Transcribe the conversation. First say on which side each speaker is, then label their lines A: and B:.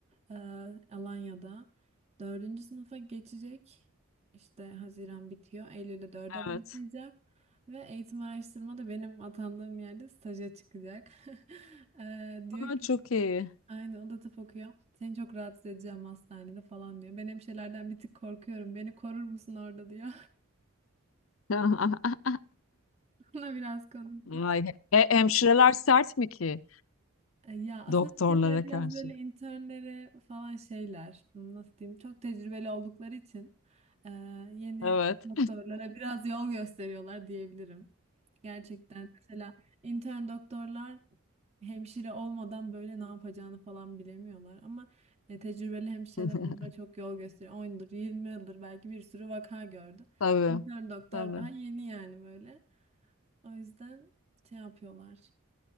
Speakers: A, on the right; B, on the left.
A: ee, Alanya'da. Dördüncü sınıfa geçecek. İşte Haziran bitiyor. Eylül'de dörde başlayacak.
B: Evet.
A: Ve eğitim araştırma da benim atandığım yerde staja çıkacak. <laughs> Ee, diyor
B: Aa,
A: ki
B: çok iyi.
A: Aynen o da tıp okuyor. Seni çok rahatsız edeceğim hastanede falan diyor. Ben hemşirelerden bir tık korkuyorum. Beni korur musun orada diyor.
B: <laughs>
A: <laughs> Ona biraz konuştuk.
B: Ay, e, hemşireler sert mi ki
A: E, Ya aslında
B: doktorlara
A: bu şeyler biraz
B: karşı?
A: böyle internlere falan şeyler hmm, nasıl diyeyim çok tecrübeli oldukları için e, yeni
B: Evet.
A: doktorlara biraz yol gösteriyorlar diyebilirim. Gerçekten mesela intern doktorlar hemşire olmadan böyle ne yapacağını falan bilemiyorlar ama e, tecrübeli hemşireler
B: <laughs>
A: onlara çok yol gösteriyor. 10 yıldır 20 yıldır belki bir sürü vaka gördü.
B: Tabii.
A: İntern doktor
B: Tabii.
A: daha yeni yani böyle. O yüzden şey yapıyorlar.